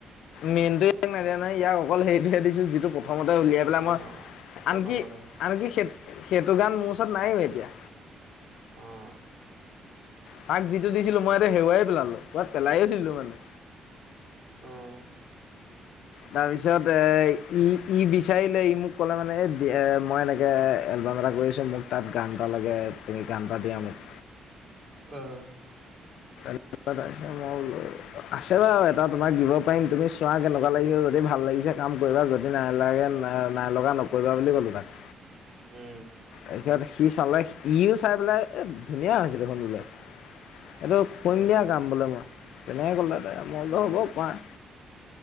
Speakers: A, on the left; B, on the right.
A: মেইনটটোে নাই দিয়া নাই ইয়াক অকল হেৰিটোহে দিছো যিটো প্ৰথমতে উলিয়াই পেলাই
B: অ
A: মই
B: প্ৰথমতে
A: আনকি আনকি সে সেইটো গান মোৰ ওচৰত নাইও এতিয়া
B: অহ
A: তাক যিটো দিছিলো মই এতিয়া হেৰুৱাই পেলালো পাত পেলাই উঠিলো মানে
B: অহ
A: তাৰ পিছত এ ই ই বিচাৰিলে ই মোক কলে মানে এ এ মই এনেকে এলবাম এটা কৰিছোঁ মোক তাত গান এটা লাগে তুমি গান এটা দিয়া মোক
B: অহ
A: মই বোলো আছে বাৰু এটা তোমাক দিব পাৰিম তুমি চোৱা কেনেকুৱা লাগিব যদি ভাল লাগিব পিছে কাম কৰিবা যদি নালাগে নাইলগা নকৰিবা বুলি ক'লোঁ তাক
B: উম
A: তাৰপিছত সি চালে সিও চাই পেলাই এই ধুনীয়া হৈছিল দেখোন এইটো খুন
B: উম
A: দিয়া কাম বোলে মই তেনেকে ক'লে মইতো
B: উম
A: হ'ব কাই